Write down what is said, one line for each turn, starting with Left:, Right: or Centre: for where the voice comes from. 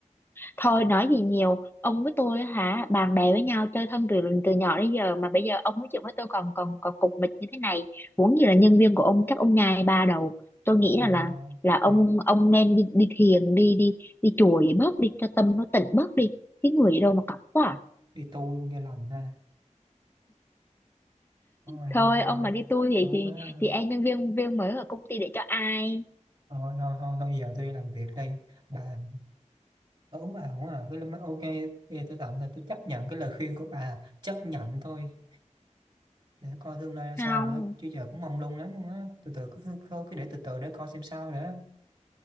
Left: Thôi nói gì nhiều, ông với tôi á hả, bạn bè với nhau chơi thân từ từ nhỏ đến giờ mà bây giờ ông nói chuyện với tôi còn còn còn cục mịch như thế này, muốn gì là nhân viên của ông chắc ông nhai ba đầu. Tôi nghĩ
Right: có nhài
Left: là là
Right: đâu
Left: là ông
Right: Ui,
Left: ông nên đi đi thiền đi đi đi chùa gì bớt đi cho tâm nó tịnh bớt đi. Cái người gì đâu mà cọc quá. à.
Right: đi tu luôn cho lành ha thôi
Left: Thôi
Right: thôi
Left: ông
Right: thôi
Left: mà đi tour vậy
Right: đủ
Left: thì
Right: quá rồi.
Left: thì em nhân viên viên mới ở công ty để cho ai?
Right: thôi thôi thôi thôi giờ tôi đi làm việc đây bà Ờ, Đúng à, đúng à, cái là mới- ok, bây giờ tôi tạm thời tôi chấp nhận cái lời khuyên của bà, chấp nhận thôi, để coi tương lai ra sao
Left: Không.
Right: nữa, chứ giờ cũng mong lung lắm luôn á, từ từ cứ, cứ, cứ để từ từ để coi xem sao nữa,